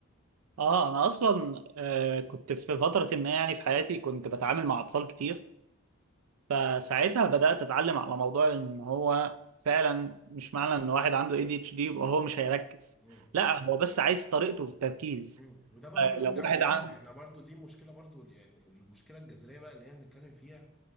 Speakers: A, on the right (about 85°); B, in the centre.
A: أه أنا أصلا آه، كنت في فترة ما يعني في حياتي كنت بتعامل مع أطفال كتير فساعتها بدأت أتعلم على موضوع إن هو فعلا مش معنى إن واحد عنده ADHD يبقى هو مش هيركز
B: مم.
A: لا هو بس عايز طريقته في التركيز
B: مم. وده برضو
A: آه،
B: يرجع
A: لو واحد
B: للاهل
A: عن...
B: احنا برضو دي مشكله برضو يعني المشكله الجذريه بقى اللي هي بنتكلم فيها